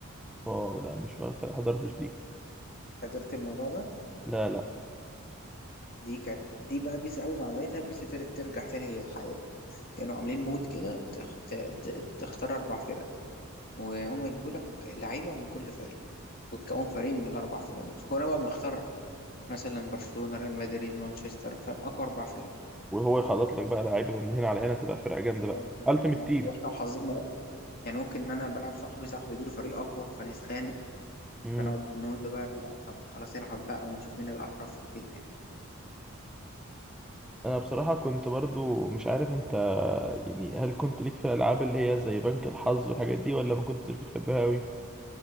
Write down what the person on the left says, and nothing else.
حضرت الموضوع ده
دي كانت دي بقى بيس أول ما عملتها بيس ابتدت ترجع تاني للحياة كانوا عاملين مود كده تخت... ت- تختار أربع فرق وهم يجيبوا لك لعيبة من كل فريق وتكون فريق من الأربع فرق دول كنا بقى بنختار مثلا برشلونة ريال مدريد مانشستر فاهم أقوى أربع فرق
هو-
هو
إحنا-
واحنا وحظنا بقى يعني ممكن ان انا بلعب صاحبي صاحبي يجيله فريق اقوى فنتخانق
فنقعد نقول له بقى لا طب خلاص العب بقى ونشوف مين الاحرف وكده يعني.